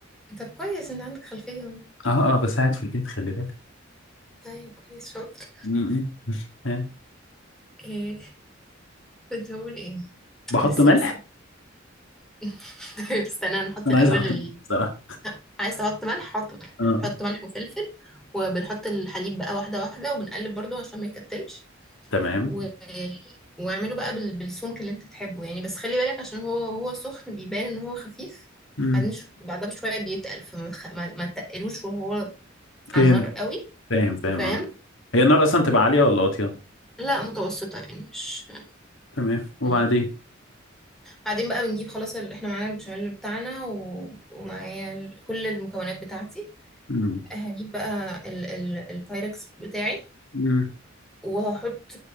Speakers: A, in the centre; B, on the left.
A: طب كويس انت عندك خلفية اهو.
B: اه اه بساعد في البيت خلي بالك
A: طيب كويس شاطر
B: مم. <laughs> آه.
A: ايه كنت هقول ايه
B: بحط
A: نسيت
B: ملح
A: <laughs> طيب استنى نحط
B: انا
A: الاول
B: عايز احط
A: ال...
B: <laughs> ملح بصراحه
A: عايز تحط ملح حط ملح
B: اه آه.
A: حط ملح وفلفل وبنحط الحليب بقى واحدة واحدة وبنقلب برضو عشان ما يكتلش
B: تمام
A: و... واعمله بقى بال... بالسمك اللي انت تحبه يعني بس خلي بالك عشان هو هو سخن بيبان ان هو خفيف
B: مم.
A: بعدين شو... بعدها بشوية بيتقل فما تخ- ما, ما تقلوش وهو
B: فهمت
A: على النار قوي
B: فاهم فاهم
A: فاهم
B: اه هي النار اصلا تبقى عاليه ولا واطيه
A: لا متوسطة يعني مش
B: تمام وبعدين
A: مم. بعدين بقى بنجيب خلاص ال- احنا معانا البشاميل بتاعنا و... ومعايا ال... كل المكونات بتاعتي
B: مم.
A: هجيب بقى ال... ال... البايركس بتاعي
B: مم.
A: وهحط